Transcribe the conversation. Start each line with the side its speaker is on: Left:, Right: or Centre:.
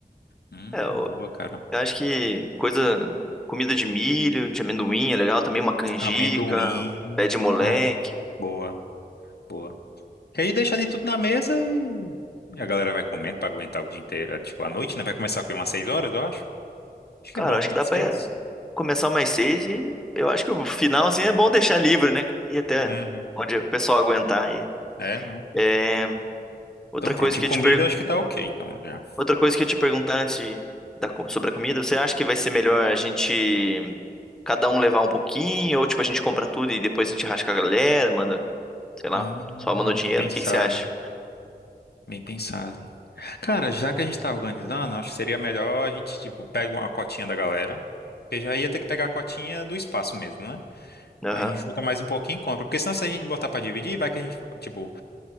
Left: Hum,
Centre: É, eu,
Left: boa, cara.
Centre: eu acho que coisa, comida de milho, de amendoim é legal também, uma canjica,
Left: Amendoim.
Centre: pé de moleque.
Left: Ah, boa, boa. Que aí deixa ali tudo na mesa e, e a galera vai comendo pra aguentar o dia inteiro. É, Tipo, à noite, né? Vai começar o quê? Umas seis horas, eu acho. Acho
Centre: Cara,
Left: que é bom,
Centre: eu acho
Left: né?
Centre: que
Left: Umas
Centre: dá pra
Left: seis.
Centre: começar mais seis e eu acho que o final, assim, é bom deixar livre, né, cara? E até
Left: Uhum.
Centre: onde o pessoal aguentar aí.
Left: É, não.
Centre: É, outra
Left: Então, pronto.
Centre: coisa
Left: De
Centre: que
Left: comida,
Centre: eu ia te perguntar.
Left: eu acho que tá ok, então, já.
Centre: Outra coisa que eu ia te perguntar antes de, da co- sobre a comida, você acha que vai ser melhor a gente cada um levar um pouquinho, ou tipo, a gente compra tudo e depois a gente rasga a galera, manda, sei lá,
Left: Hum,
Centre: só manda
Left: bem
Centre: o dinheiro?
Left: pensado.
Centre: O que que você acha?
Left: Bem pensado. Cara, já que a gente tá organizando, acho que seria melhor a gente, tipo, pega uma cotinha da galera. Porque já ia ter que pegar a cotinha do espaço mesmo, né?
Centre: Aham.
Left: Aí a gente junta mais um pouquinho e compra. Porque senão se a gente botar pra dividir, vai que a gente, tipo,